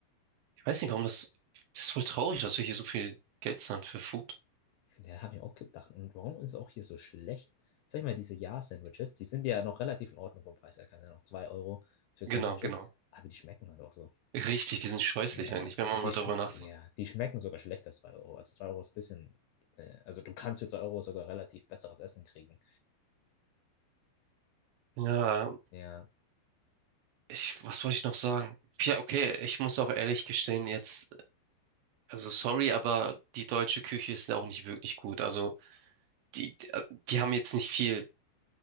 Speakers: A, on the right; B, on the left.
A: Ich weiß nicht, warum das, das ist voll traurig, dass wir hier so viel Geld zahlen für Food.
B: Ja, habe ich auch gedacht. Und warum ist es auch hier so schlecht? Sag ich mal, diese Ja-Sandwiches, die sind ja noch relativ in Ordnung vom Preis her. Keine Ahnung, 2 Euro für
A: Genau,
B: Sandwiches,
A: genau.
B: aber die schmecken halt auch so.
A: Richtig, die sind scheußlich
B: Ja,
A: eigentlich, wenn man mal
B: die, sch
A: darüber nachdenkt.
B: ja, die schmecken sogar schlechter, als 2 Euro. Also 2 Euro ist ein bisschen, äh, also du kannst für 2 Euro sogar relativ besseres Essen kriegen.
A: Ja,
B: Ja,
A: ich, was wollte ich noch sagen? Ja, okay, ich muss auch ehrlich gestehen, jetzt, also sorry, aber die deutsche Küche ist ja auch nicht wirklich gut. Also die, die haben jetzt nicht viel